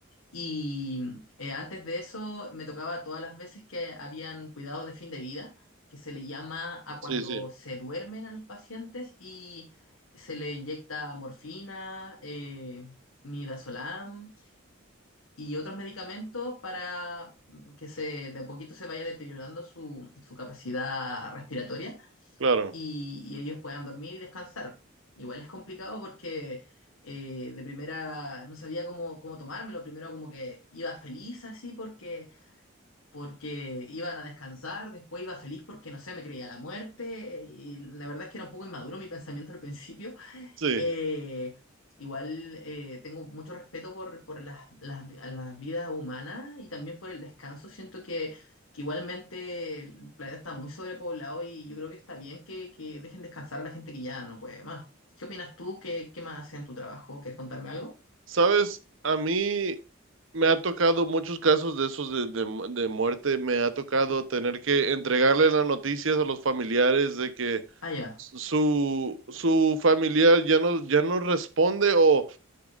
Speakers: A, on the left (about 80°); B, on the right (about 65°).
A: y eh, antes de eso me tocaba todas las veces que habían cuidados de fin de vida, que se le llama a
B: Sí,
A: cuando
B: sí,
A: se duermen a los pacientes y se le inyecta morfina, eh, midazolam y otros medicamentos para mm, que se de a poquito se vaya deteriorando su, su capacidad respiratoria
B: claro,
A: y, y ellos puedan dormir y descansar. Igual es complicado porque eh, de primera no sabía cómo, cómo tomármelo, primero como que iba feliz así porque, porque iban a descansar, después iba feliz porque no sé, me creía la muerte y la verdad es que era un poco inmaduro mi pensamiento al principio
B: sí.
A: eh, igual eh, tengo mucho respeto por, por las, las, las vidas humanas y también por el descanso. Siento que, que igualmente el planeta está muy sobrepoblado y yo creo que está bien que, que dejen descansar a la gente que ya no puede más. ¿Qué opinas tú? ¿Qué, qué más hace en tu trabajo? ¿Quieres contarme algo?
B: Sabes, a mí me ha tocado muchos casos de esos de, de mu- de muerte, me ha tocado tener que entregarle las noticias a los familiares de que
A: Ah, ya.
B: su, su familiar ya no, ya no responde o